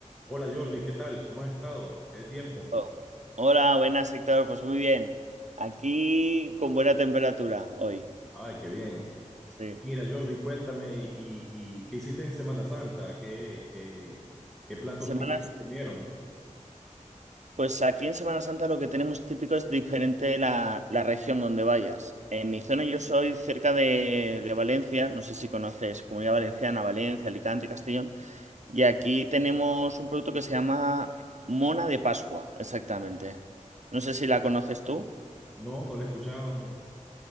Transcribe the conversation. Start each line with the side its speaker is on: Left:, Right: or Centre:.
Centre: Hola Jordi, ¿qué tal? ¿Cómo has estado? ¿Qué de tiempo?
Right: Oh, Hola, buenas, Héctor. Pues muy bien. Aquí con buena temperatura hoy.
Centre: Ay, qué bien.
Right: Sí.
Centre: Mira, Jordi, cuéntame, ¿y, y qué hiciste en Semana Santa? ¿Qué, qué, qué platos
Right: Semanas.
Centre: típicos comieron?
Right: Pues aquí en Semana Santa lo que tenemos típico es diferente la, la región donde vayas. En mi zona yo soy cerca de, de Valencia, no sé si conoces Comunidad Valenciana, Valencia, Alicante, Castellón. Y aquí tenemos un producto que se llama Mona de Pascua, exactamente. No sé si la conoces tú.
Centre: No, no lo he escuchado, no.